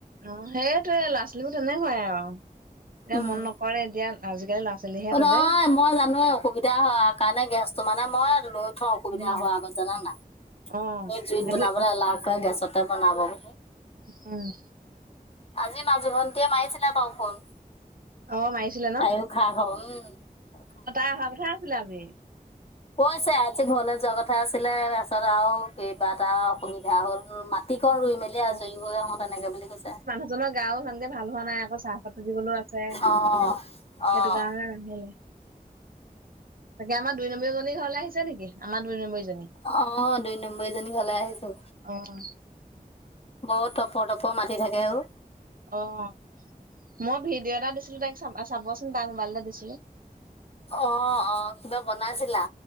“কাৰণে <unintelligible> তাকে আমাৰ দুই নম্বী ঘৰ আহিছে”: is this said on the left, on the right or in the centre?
Right